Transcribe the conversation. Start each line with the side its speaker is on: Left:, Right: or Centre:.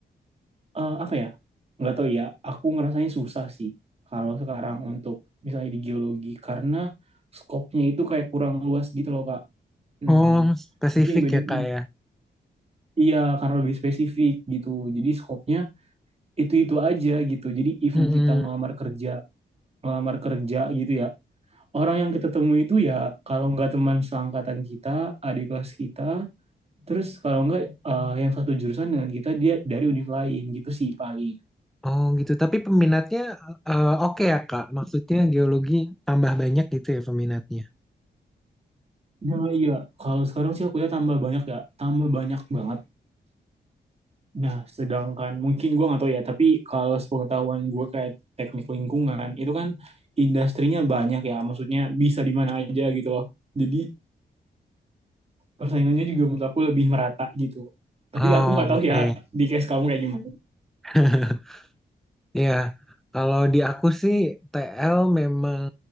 Right: eh, apa ya? Nggak tahu ya. Aku ngerasanya susah sih kalau sekarang untuk misalnya di geologi karena skopnya itu kayak kurang luas gitu loh Kak Nah,
Centre: Oh, spesifik
Right: mungkin beda
Centre: ya,
Right: kan?
Centre: Kak ya.
Right: Iya, karena lebih spesifik gitu. Jadi skopnya itu-itu aja gitu. Jadi even
Centre: Mm-mm.
Right: kita ngelamar kerja, ngelamar kerja gitu ya. Orang yang kita temui itu ya kalau nggak teman seangkatan kita, adik kelas kita, terus kalau nggak eh, yang satu jurusan dengan kita dia dari univ lain gitu sih paling.
Centre: Oh, gitu. Tapi peminatnya eh, oke ya, Kak. Maksudnya geologi tambah banyak gitu ya peminatnya.
Right: Nah, iya, kalau sekarang sih aku ya tambah banyak ya, tambah banyak banget. Nah, sedangkan mungkin gue nggak tahu ya, tapi kalau sepengetahuan gue kayak teknik lingkungan, itu kan industrinya banyak ya, maksudnya bisa di mana aja gitu loh. Jadi persaingannya juga menurut aku lebih merata gitu. Tapi
Centre: Oh,
Right: aku nggak tahu
Centre: oke.
Right: ya di case kamu kayak gimana.
Centre: <laughs> Iya, kalau di aku sih TL memang